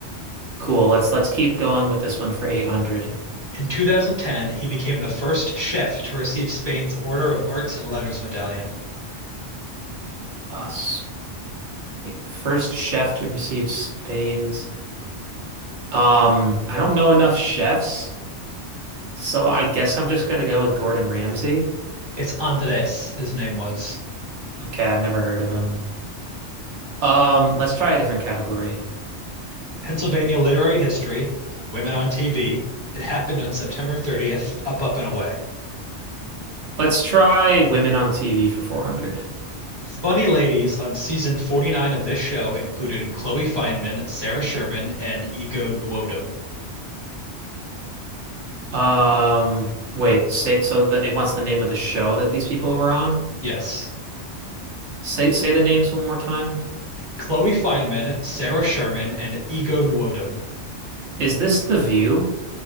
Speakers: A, on the right (about 75°); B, on the right (about 25°).
A: Cool. Let's let's keep going with this one for 800.
B: In 2010, he became the first chef to receive Spain's Order of Arts and Letters medallion.
A: Uh, Spain, first chef to receive Spain's. Um, I don't know enough chefs, so I guess I'm just gonna go with Gordon Ramsay.
B: It's Andres, his name was.
A: Okay, I've never heard of him. Um, let's try a different category.
B: Pennsylvania Literary History, Women on TV. It happened on September 30th, Up, Up, and Away.
A: Let's try women on TV for 400.
B: Funny ladies on season 49 of this show included Chloe Fineman, Sarah Sherman, and Ego Nwodim.
A: Um, wait, say so that it wants the name of the show that these people were on.
B: Yes.
A: Say say the names one more time.
B: Chloe Fineman, Sarah Sherman, and Ego Nwodim.
A: Is this The View?